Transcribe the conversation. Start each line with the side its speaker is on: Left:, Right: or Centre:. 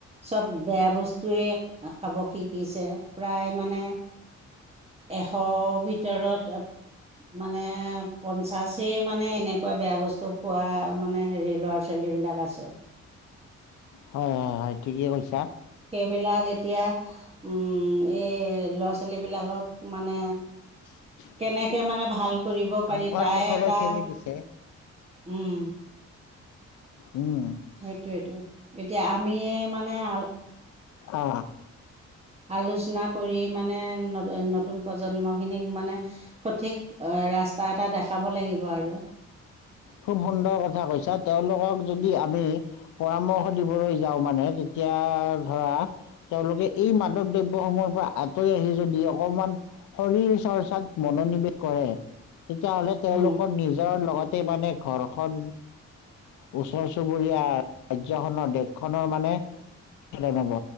Right: চব বেয়া বস্তুয়ে খাব শিকিছে প্ৰায় মানে এশ ভিতৰত। মানে পঞ্চাশেই মানে এনেকুৱা বেয়া বস্তু খোৱা মানে হেৰি ল'ৰা ছোৱালীবিলাক আছে।
Left: হয় হয় হয় ঠিকে কৰিছা।
Right: বিলাক এতিয়া এই ল'ৰা ছোৱালীবিলাকক মানে
Left: <unintelligible>
Right: কেনেকে মানে ভাল কৰিব পাৰি
Left: সংসাৰ
Right: তাই
Left: মুখলৈ
Right: এটা
Left: ঠেলি দিছে।
Right: উম
Left: উম,
Right: সেইটোয়েইটো এতিয়া আমি মানে আ
Left: অ।
Right: আলোচনা কৰি মানে নতুন প্ৰজন্মখিনিক মানে সঠিক ৰাস্তা এটা দেখাব লাগিব। আৰু
Left: খুব সুন্দৰ কথা কৈছা তেওঁলোকক যদি আমি পৰামৰ্শ দিবলৈ যাওঁ মানে তেতিয়া ধৰা তেওঁলোকে এই মাদক দ্ৰব্যসমূহৰ পৰা আঁতৰি আহি যদি অকমান শৰীৰ চৰ্চাত মনোনিৱেশ কৰে তেতিয়াহ'লে তেওঁলোকৰ
Right: উম
Left: নিজৰ লগত বানে ঘৰখন ওচৰ চুবুৰীয়া ৰাজ্যখনৰ দেশখনৰ মানে হব